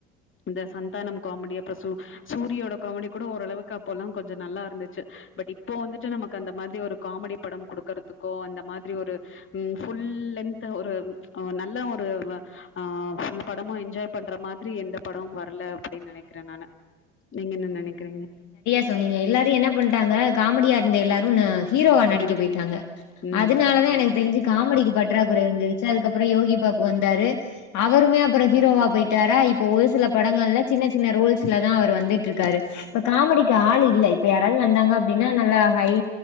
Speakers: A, on the left; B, on the left.
A: இந்த சந்தானம் காமெடி அப்புறோ சூ சூரியோட காமெடி கூட ஓரளவுக்கு அப்போல்லா கொஞ்சோ நல்லா இருந்துச்சு பட் இப்போ வந்துட்டு நமக்கு அந்த மாதிரி ஒரு காமெடி படம் குடுக்கறதுக்கோ அந்த மாதிரி ஒரு ம் புல் லென்த் ஒரு உ நல்ல ஒரு பு வஆ புல் படமும் என்ஜாய் பண்ற மாதிரி எந்த படமும் வரல அப்டின்னு நெனைக்கிறே நானு நீங்க என்ன நெனக்கிறீங்க
B: நீங்க எல்லாரு என்ன பண்டாங்க காமெடியா இருந்த எல்லாரு நா ஹீரோவா
A: ஹீரோ
B: நடிக்க போயிட்டாங்க
A: ம்
B: அதனால தா எனக்கு தெரிஞ்சி காமெடிக்கு பற்றாக்குறை வந்துருச்சி அதுக்கப்றோ யோகி பாபு வந்தாரு அவருமே அப்புறோ ஹீரோவா போயிட்டாரா இப்ப ஒரு சில படங்கள்ல சின்ன சின்ன ரோல்ஸ்லதா அவர் வந்து ட்ருக்காரு இப்ப காமெடிக்கு ஆள் இல்ல இப்ப யாராது வந்தாங்க அப்டின்னா நல்லா ஹை